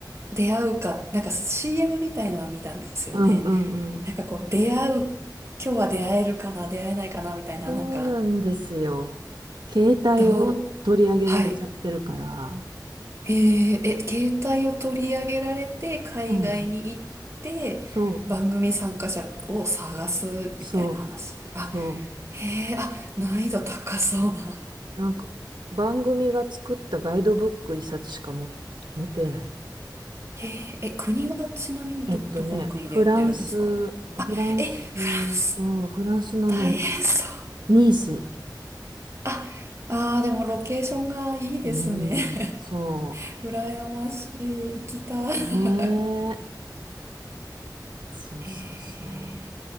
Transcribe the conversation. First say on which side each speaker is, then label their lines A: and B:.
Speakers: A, on the right (about 40°); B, on the right (about 80°).
A: ー、出会うか、なんか CM みたいのは見たんですよね。
B: うんうんうん。
A: なんかこう、出会う、今日は出会えるかな、出会えないかな、みたいな、
B: そうなんですよ。
A: なんか、
B: 携帯を取り上げられちゃってるから。
A: どう、はい。へえ、え、携帯を取り上げられて、海外に行って、
B: うん。そう、
A: 番組参加者を探すみたいな話。
B: そう、
A: あ、
B: そ
A: へえ、あ、難易度高そうな。
B: う。なんか番組が作ったガイドブック一冊しかも持てない。
A: へえ、え、国はちなみにど、
B: えっとね、
A: どこの国でやってるんですか
B: フランス、フランス、
A: え、フランス、
B: そう、フランスのね、
A: 大変そう。
B: ニース。
A: あ、あー、でもロケーションがいいですね。
B: うん、そ
A: <laughs> 羨ましい。行きたい。
B: う。ねえ。そうそうそ
A: へえ。